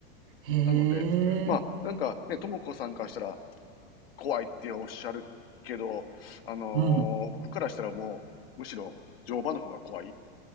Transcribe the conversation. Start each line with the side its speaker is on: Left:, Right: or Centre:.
Left: なので、
Right: へえ。
Left: まあ、なんかね、ともこさんからしたら怖いっておっしゃるけど、あのー僕からしたらもう、
Right: もう
Left: むしろ乗馬の方が怖い。